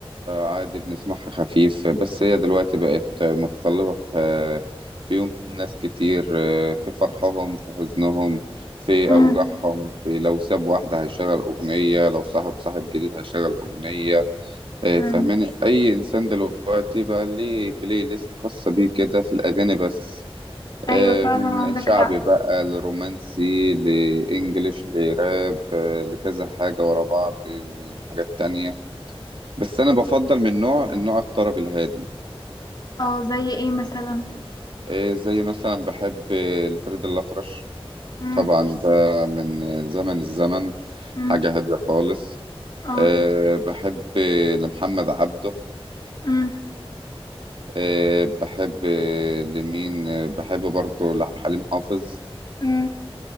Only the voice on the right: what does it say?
عادي بنسمعها خفيف بس هي دلوقتي بقت متطلبة في في يوم ناس كتير في فرحهم في حزنهم في
اوجاعهم في لو ساب واحدة هيشغل اغنية لو صاحب صاحب جديد هيشغل اغنية آه،
فاهماني اي انسان دلوقتي بقى ليه بلاي ليست خاصه بيه كده في الاغاني بس
آه،
من
شعبي
بقى لرومانسي لانجليش لراب آه، لكذا حاجه ورا بعض من حاجات تانية بس انا بفضل من نوع النوع الطرب الهادي
آه، زي مثلا بحب آه، لفريد الأطرش
طبعا ده من آه، زمن الزمن
حاجه هاديه خالص
آه، بحب آه، لمحمد عبده
أه بحب آه، لمين آه، بحب برضو لعب حليم حافظ